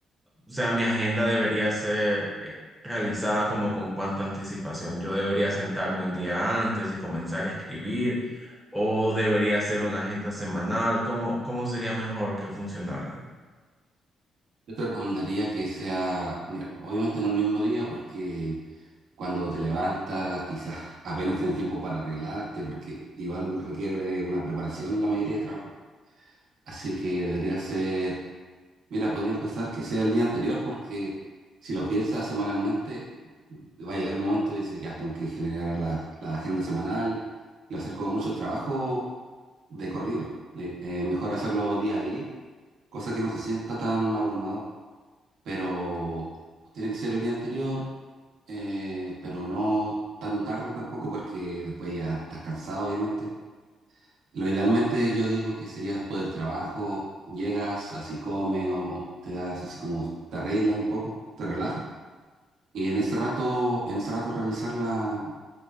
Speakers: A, in the centre; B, on the right.
A: o sea, mi agenda debería ser eh, realizada como con cuánta anticipación. Yo debería sentarme un día antes y comenzar a escribir, o debería ser una agenda semanal. ¿Cómo, cómo sería mejor que funcionara?
B: Yo te recomendaría que sea, mira, obviamente no el mismo día porque cuando te levantas, quizás <laughs> apenas tienes tiempo para arreglarte, porque igual requiere una preparación la mayoría de trabajo. Así que debería ser, mira, podría empezar que sea el día anterior, porque si lo piensas semanalmente, va a llegar el momento y dices, ya tengo que generar la, la agenda semanal y va a ser como mucho trabajo de corrido. Eh, eh, mejor hacerlo día a día, cosa que no se sienta tan abrumador, pero tiene que ser el día anterior eh, pero no tan tarde tampoco porque después ya estás cansado, obviamente. Lo idealmente yo digo que sería después del trabajo, llegas, así comes o te das así como te arreglas un poco, te relajas y en ese rato, en ese rato realizarla